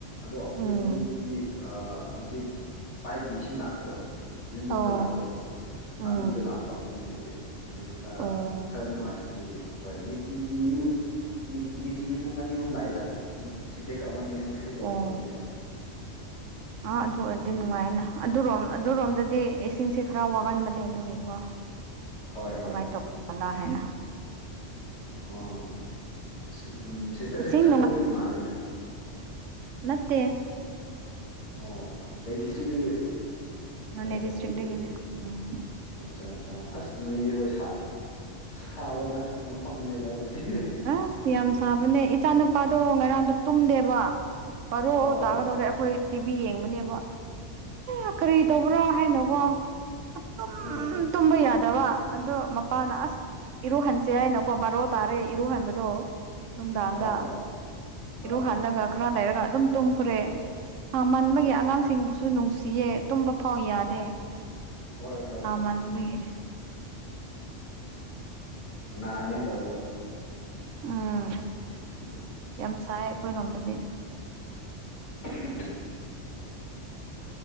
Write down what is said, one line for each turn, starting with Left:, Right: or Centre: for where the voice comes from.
Left: ꯑꯗꯣ ꯑꯩꯈꯣꯏ
Right: ꯎꯝ
Left: ꯌꯨꯝꯗꯗꯤ ꯍꯧꯖꯤꯛ ꯄꯥꯏꯞꯀꯤ ꯏꯁꯤꯡ ꯂꯥꯛꯄꯗꯣ ꯌꯨꯝ ꯌꯨꯝꯗ
Right: ꯑꯣ
Left: ꯂꯥꯛꯄꯗꯣ
Right: ꯎꯝ
Left: ꯑꯗꯨꯒꯤꯗ ꯂꯥꯛꯄ ꯑꯩꯈꯣꯏ ꯌꯨꯝꯗꯗꯤ ꯑꯗꯨꯩ ꯈꯔ
Right: ꯑꯣ
Left: ꯈꯔꯗꯤ ꯅꯨꯡꯉꯥꯏ ꯑꯗꯨꯒꯤ ꯍꯣꯏ ꯅꯤꯇꯤꯒꯤ ꯅꯤꯇꯤꯒꯤ ꯄꯨꯡ ꯑꯅꯤ ꯑꯍꯨꯝ ꯂꯥꯛꯏꯗ ꯁꯨꯝ ꯁꯤꯇꯦꯛꯁ ꯑꯃꯅꯤ ꯁꯨꯝ ꯐꯨꯜ ꯇꯧꯕ
Right: ꯑꯣ
Left: ꯉꯝꯃꯦꯕ
Right: ꯑꯥ
Left: ꯎꯝ
Right: ꯑꯗꯨ ꯑꯣꯏꯔꯗꯤ
Left: ꯑꯗꯨꯒꯤ
Right: ꯅꯨꯡꯉꯥꯏꯅ ꯑꯗꯨꯔꯣꯝ ꯑꯗꯨꯔꯣꯝꯗꯗꯤ ꯏꯁꯤꯡꯁꯦ ꯈꯔ ꯋꯥꯒꯟꯕꯅꯦ ꯑꯗꯨꯒꯤꯀꯣ
Left: ꯍꯣꯏ
Right: ꯀꯃꯥꯏꯅ
Left: ꯍꯣꯏ
Right: ꯇꯧꯕꯖꯥꯠꯂꯥ ꯍꯥꯏꯅ
Left: ꯑꯣ ꯎꯝ ꯁꯤꯁꯇꯔꯁꯦ
Right: ꯏꯁꯤꯡ
Left: ꯆꯟꯗ꯭ꯔꯦꯜꯗꯒꯤ ꯃꯥꯂꯦꯅꯦ
Right: ꯃꯠꯇꯦ
Left: ꯑꯣ ꯀꯩ ꯗꯤꯁꯇ꯭ꯔꯤꯛꯇꯒꯤꯔ
Right: ꯅꯣꯅꯦ ꯗꯤꯁꯇ꯭ꯔꯤꯛꯇꯒꯤꯅꯤ
Left: ꯑꯣꯀꯦ ꯑꯣꯀꯦ
Right: ꯎꯝ
Left: ꯑꯠꯆꯥ ꯑꯠꯆꯥ ꯑꯁ ꯅꯣꯅꯦꯗꯤ ꯍꯣꯏ ꯁꯥꯕ ꯃꯐꯝꯅꯦꯕ ꯑꯗꯨꯗꯤ
Right: ꯑꯁ ꯌꯥꯝ ꯁꯥꯕꯅꯦ ꯏꯆꯥ ꯅꯨꯨꯄꯥꯗꯣ ꯉꯔꯥꯡꯗꯣ ꯇꯨꯝꯗꯦꯕ ꯕꯥꯔꯣ
Left: ꯑꯣ
Right: ꯇꯥꯒꯗꯧꯔꯦ
Left: ꯑꯣ
Right: ꯑꯩꯈꯣꯏ ꯇꯤꯚꯤ ꯌꯦꯡꯕꯅꯦꯕ ꯑ ꯀꯔꯤ ꯇꯧꯕ꯭ꯔꯥ ꯍꯥꯏꯅ ꯋꯥ ꯁꯨꯝ
Left: ꯑ
Right: ꯇꯝꯕ ꯌꯥꯗ ꯐꯗꯕ ꯑꯗꯣ ꯃꯄꯥꯅ ꯑꯁ ꯏꯔꯨꯍꯟꯁꯦ ꯍꯥꯏꯅꯀꯣ ꯕꯥꯔꯣ ꯇꯥꯔꯦ ꯏꯔꯨꯍꯟꯕꯗꯣ ꯅꯨꯡꯗꯥꯡꯗ
Left: ꯑꯥ ꯑꯥ
Right: ꯏꯔꯨꯍꯜꯂꯒ
Left: ꯑꯥ
Right: ꯈꯔ ꯂꯩꯔꯒ ꯑꯗꯨꯝ ꯇꯨꯝꯈ꯭ꯔꯦ ꯁꯥꯃꯟꯕꯒꯤ
Left: ꯑꯠꯆꯥ ꯑꯠꯆꯥ
Right: ꯑꯉꯥꯡꯁꯤꯡꯕꯨꯁꯨ ꯅꯨꯡꯁꯤꯌꯦ ꯇꯨꯝꯕ ꯐꯥꯎ ꯌꯥꯗꯦ
Left: ꯍꯣꯏ ꯍꯣꯏ
Right: ꯁꯥꯃꯟꯕꯒꯤ
Left: ꯆꯨꯝꯃꯦꯃꯦ ꯆꯨꯝꯃꯦ ꯅꯥꯅꯤꯡꯉꯥꯏ ꯇꯧꯋꯦꯕ
Right: ꯎꯝ
Left: ꯎꯝ
Right: ꯌꯥꯝ ꯁꯥꯏ ꯑꯩꯈꯣꯏ ꯂꯣꯝꯗꯗꯤ
Left: <inaudible>